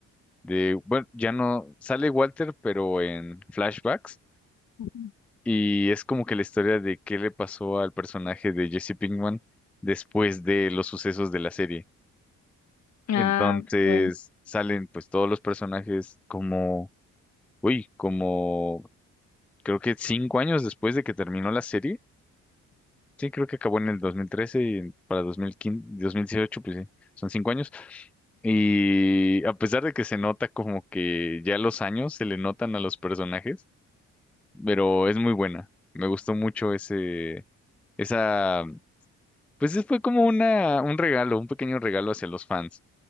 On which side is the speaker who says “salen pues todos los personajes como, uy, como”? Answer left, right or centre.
Centre